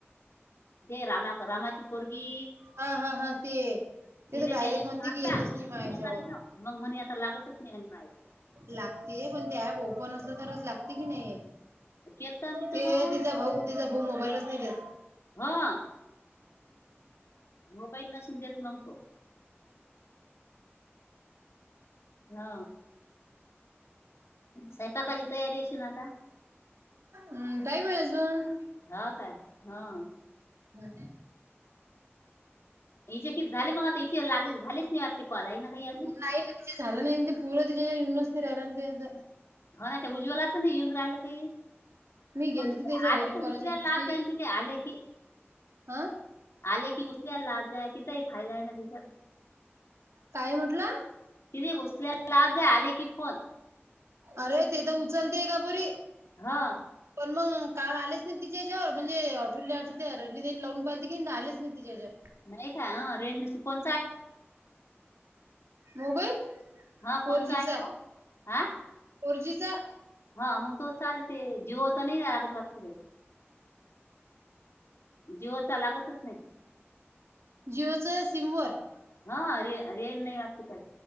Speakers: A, on the left (about 75°); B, on the right (about 85°).
A: हे रामा रामाची पोरगी.
B: हा हा हा ते ते
A: तिले
B: तर डायरेक्ट
A: मी यातला
B: म्हणते
A: आताला
B: की येतच नाही माया याच्यावर.
A: तिला <unintelligible> मग म्हणे आता लागतच नाय <unintelligible>
B: लागते पण ते ऍप ओपन असलं तरच लागते की नाय.
A: केलता ना तिचं
B: ते
A: मग
B: तिचा भाऊ तिचा भाऊ मोबाईलच नाय देत.
A: ह मोबाईल नसंन देत मंग तो. हा सैपाकाची तयारी असेन आता.
B: हम् टाईम हाय अजून
A: हा काय हा-
B: हो
A: हचेे कि झाले मग आता इथे लागलं झालेच नाही कॉल आहे ना काही अजून
B: नाही ना तिचे झालं नाही ते पूर तिच्या येनच नाही राहिला ते आ
A: होा ना ते उज्ज्वलाच नाही येऊन राहिलं काही
B: मी गेलती
A: मग ति
B: त्याच्या
A: आले
B: घरी
A: तर
B: परवाच्या
A: उचल्याला
B: दिवशी
A: लात जाईन ति आले की
B: अ
A: आले की उसल्या लाजय तिचाही फायदा आहे ना तिचा
B: काय म्हटलं
A: तिने उचल्याला लाज जाय आले की फोन
B: अरे ते तर उचलते का पुरी
A: हा
B: पण मग काल आलेच नाही तिच्यावर म्हणजे ठुरल्या आ ते रणनी तईनी लावून पाहिलीते की तर आलेच नाही तिच्यावर
A: नाही का रे कोण
B: मोबाईल
A: हा
B: फोर
A: कोणचा
B: जीचा
A: हाय तो हा
B: फोर जी चा
A: हा मंग तो चालते जिओ चा नाई लागत वाटते बाई. जिओ चा लागतच नाई.
B: जिओच सिम वर
A: हारे रेण नाही वाटते का